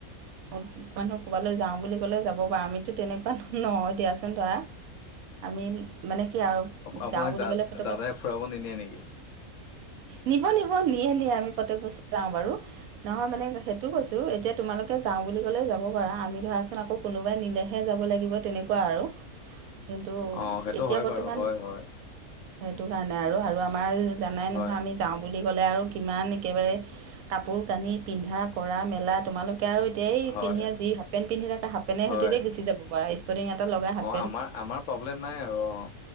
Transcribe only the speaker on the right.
বত মানুহ ক'ৰবালৈ যাওঁ বুলি ক'লে যাব পাৰা আমিতো তেনেকুৱা নহয় দিয়াচোন ধৰা। আমি মানে কি আৰু
যাওঁ বুলি
ক'লে ফটকে-
নিব নিব নিয়ে নিয়ে আমি পতে পৈছ যাওঁ বাৰু নহয় মানে সেইটো কৈছো এতিয়া তোমালোক যাওঁ বুলি ক'লে যাব পাৰা আমি ধৰাচোন আকৌ কোনোবাই নিলেহে যাব লাগিব তেনেকুৱা আৰু কিন্তু
এতিয়া
বৰ্তমান।
সেইটো কাৰণে আৰু আৰু আমাৰ জানাই
নহয় আমি যাওঁ বুলি ক'লে আৰু কিমান একেবাৰে কাপোৰ কানি পিন্ধা কৰা মেলা তোমালোক আৰু এয়াই
পিন্ধ যি হাফ পেণ্ট পিন্ধি থাক হাফ পেণ্ট
হতেদি গুচি যাব পাৰে স্পৰ্টি এটা লগাই হাত